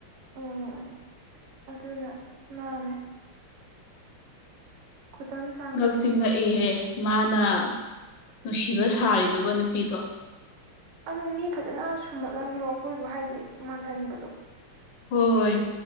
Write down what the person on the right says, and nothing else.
ꯎꯝ ꯑꯗꯨꯅ ꯃꯥꯅꯦ ꯈꯨꯗꯝ ꯆꯥꯡꯗꯝꯅꯦ
ꯑꯗ ꯃꯤ ꯐꯖꯅ ꯁꯨꯝꯍꯠꯂꯝꯗ꯭ꯔꯣ ꯑꯩꯈꯣꯏꯕꯨ ꯍꯥꯏꯗꯤ ꯃꯥꯜꯍꯟꯕꯗꯣ